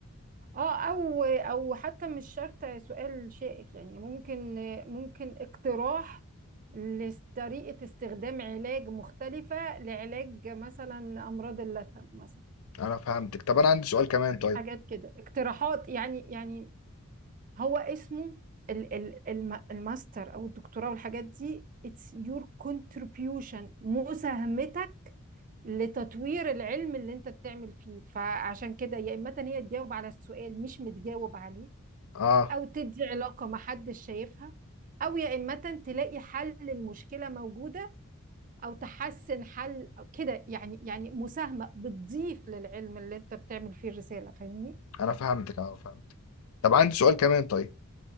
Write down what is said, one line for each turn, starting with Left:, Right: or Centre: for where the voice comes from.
Right: اه او او حتى مش شرط سؤال شائك يعني ممكن ممكن اقتراح لطريقة استخدام علاج مختلفة لعلاج مثلا أمراض اللثة مثلا
Left: انا فهمتك طب انا عندي سؤال كمان طيب
Right: حاجات كده اقتراحات يعني يعني هو اسمه ال- ال- الم- الماستر أو الدكتوراه والحاجات دي it's your contribution مساهمتك لتطوير العلم اللي انت بتعمل فيه فعشان كده يا اما هي تجاوب على سؤال مش متجاوب عليه
Left: اه
Right: او تدي علاقة ما حدش شايفها او يا اما تلاقي حل للمشكلة موجودة او تحسن حل أو كده يعني يعني مساهمة بتضيف للعلم اللي انت بتعمل فيه الرسالة فاهمني
Left: انا فهمتك اه فهمتك طب عندي سؤال كمان طيب